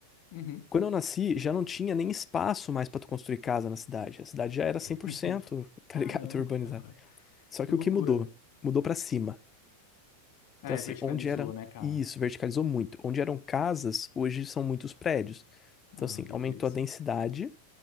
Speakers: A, on the left; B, on the left.
A: uhum.
B: Quando eu nasci, já não tinha nem espaço mais para tu construir casa na cidade. A cidade já era 100%,
A: <laughs>
B: tá
A: Caramba,
B: ligado? <laughs> Urbanizada.
A: cara.
B: Só
A: Que
B: que
A: loucura.
B: o que mudou? Mudou para cima.
A: É,
B: Então, assim,
A: verticalizou,
B: onde era...
A: né, cara?
B: Isso, verticalizou muito. Onde eram casas, hoje são muitos prédios. Então,
A: Ah,
B: assim,
A: beleza.
B: aumentou a densidade.